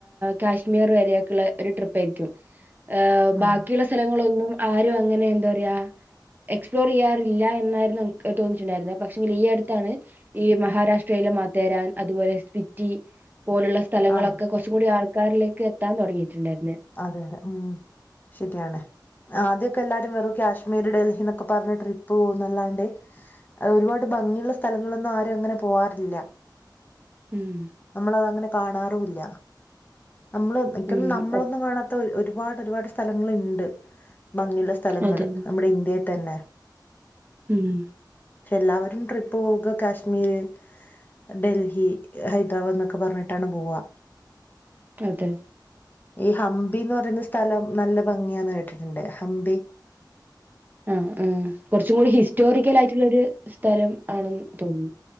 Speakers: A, on the right (about 25°); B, on the left (about 25°).
A: കാശ്മീർ വരെയൊക്കെയുള്ള ഒരു ട്രിപ്പാരിക്കും. ഏഹ്
B: ഉം
A: ബാക്കിയുള്ള സ്ഥലങ്ങളൊന്നും ആരും അങ്ങനെ എന്താ പറയാ എക്സ്പ്ലോർയ്യാറില്ല എന്നായിരുന്നുക്ക് തോന്നിട്ടുണ്ടായിരുന്നത് പക്ഷെങ്കിൽ ഈ അടുത്താണ് ഈ മഹാരാഷ്ട്രയി <unintelligible> ൻ അതുപോലെ സ്വിറ്റി പോലുള്ള സ്ഥലങ്ങളൊക്കെ
B: ആഹ്
A: കുറച്ചു കൂടി ആൾക്കാരിലേക്ക് എത്താൻ തുടങ്ങിയിട്ട്ണ്ടായിരുന്നു
B: അതെ അതെ ഉം ശരിയാണ് ആദ്യോ പ്പെല്ലാരും വെറും കാശ്മീർ ഡൽഹി എന്നൊക്കെ പറഞ്ഞ് ട്രിപ്പ് പോകുന്നല്ലാണ്ട് അആ ഒരുപാട് ഭംഗിയുള്ള സ്ഥലങ്ങളൊന്നും ആരും അങ്ങനെ പോവാറില്ല.
A: ഉം.
B: നമ്മളതങ്ങനെ കാണാറൂല്ല നമ്മള് <unintelligible>
A: ഉം.
B: നമ്മളൊന്നും
A: അ
B: കാണാത്ത ഒ ഒരുപാട് ഒരുപാട് സ്ഥലങ്ങള്ണ്ട്. ഭംഗിയുള്ള സ്ഥലങ്ങള്
A: അതെ.
B: നമ്മുടെ ഇന്ത്യൽ തന്നെ
A: ഉം.
B: എല്ലാവരും ട്രിപ്പ് പൊകുമ്പ കാശ്മീര് ഡൽഹി ഹൈദരാബാദ് എന്നൊക്കെ പറഞ്ഞിട്ടാണ് പോവാ
A: അതെ
B: ഈ ഹംമ്പീന്ന് പറയുന്ന സ്ഥലം നല്ല ഭംഗിയാണ് കേട്ടിട്ട്ണ്ട് ഹംമ്പി
A: ഉം ഉം കുറച്ചൂടി ഹിസ്റ്റോറിക്കൽ ആയിട്ടുള്ളോരു സ്ഥലം ആണെന്ന് തോന്നി.